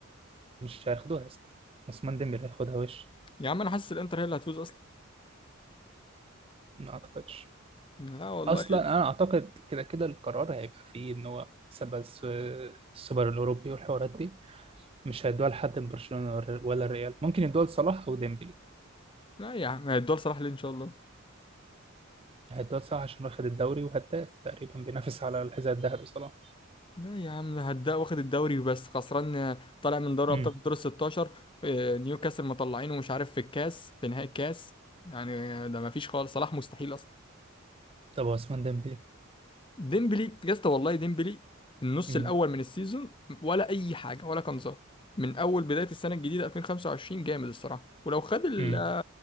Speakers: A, on the right; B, on the left.
A: مش هياخدوها يا اسطى عثمان ديمبلي هياخدها وش
B: يا عم أنا حاسس الإنتر هي اللي هتفوز أصلا
A: ما اعتقدش
B: لا والله
A: اصلا انا اعتقد كده كده القرار هيبقى فيه ان هو سبب الس- السوبر الاوروبي والحوارات دي مش هيدوها لحد من برشلونة ولا ولا الريال ممكن يدوها لصلاح او ديمبلي
B: لا يا عم هيدوها لصلاح ليه إن شاء الله
A: هيدوها لصلاح عشان واخد الدوري وهداف تقريبا بينافس على الحذاء الذهبي صلاح
B: لا يا عم هدا واخد الدوري بس خسران آه، طالع من دوري
A: امم
B: الأبطال في الدور ال 16 آه، نيوكاسل مطلعينه مش عارف في الكاس في نهائي الكاس يعني آه، ده مفيش خالص صلاح مستحيل أصلا
A: طب عثمان ديمبلي
B: ديمبلي يا اسطى والله ديمبلي النص
A: امم
B: الاول من السيزون ولا اي حاجه ولا كان ظاهر من اول بدايه السنه الجديده 2025 جامد الصراحه ولو خد ال
A: امم